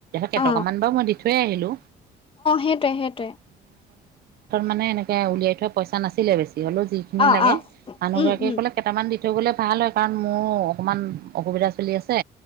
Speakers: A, on the right (about 65°); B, on the left (about 30°).
A: কেইটকামান
B: অ
A: বাৰু মই দি থৈয় আহিলো।
B: সেইটোয়ে - সেইটোয়ে।
A: মানে এনেকে উলিয়াই থোৱা পইচা নাছিলে বেছি হলো যিখিনি
B: অ
A: লাগে,
B: অ
A: মানুহ
B: উম
A: গৰাকীয়ে
B: উম
A: কলে কেইটামান থৈ গলে ভাল হয় কাৰণ মোৰো অকমান অসুবিধা চলি আছে